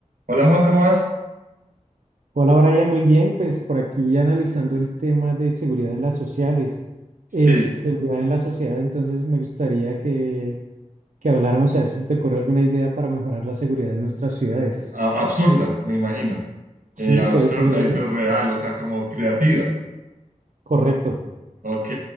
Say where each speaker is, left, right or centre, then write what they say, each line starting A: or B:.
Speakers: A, on the right (about 85°); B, on the right (about 70°).
A: Hola Juan, ¿cómo vas?
B: Hola Brian, muy bien. Pues por aquí analizando el tema de seguridad en las sociales, eh,
A: Sí,
B: seguridad en la sociedad, entonces me gustaría que, que habláramos a ver si se te ocurre alguna idea para mejorar la seguridad en nuestras ciudades.
A: a- absurda, me imagino.
B: Sí,
A: Eh, absurda
B: puede ser algo
A: y
B: así.
A: surreal, o sea, como creativa.
B: Correcto.
A: Ok,